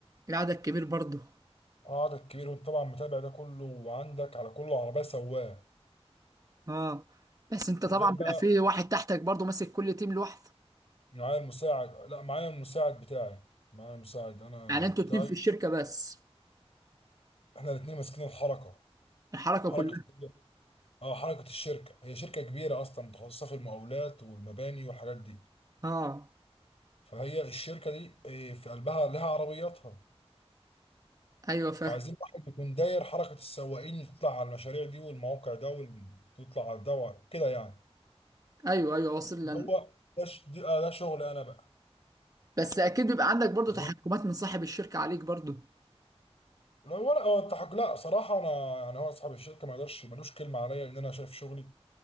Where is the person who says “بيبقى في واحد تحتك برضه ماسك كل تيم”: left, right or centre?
Right